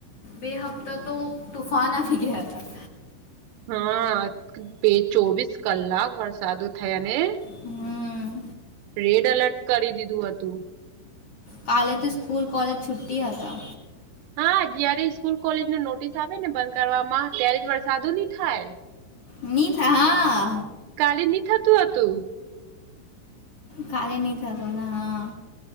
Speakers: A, on the left; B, on the right.
A: બે હપ્તા તો તોુફાનાથી ગયા હતા
B: હા બે ચોવીસ કલાક વરસાદો થયા ને
A: હમ
B: રેડ એલર્ટ કરી દીધું હતું
A: કાલે તો સ્કૂલ કોલેજ છુટ્ટી હતા..
B: હા જયારે સ્કૂલ કોલેજ ન નોટિસ આવે ને બંધ કરવામાં ત્યારે જ વરસાદો નહી થાય
A: મની થ હા
B: કાલે નહી થતું હતું.
A: કાલે નહી થતુ હા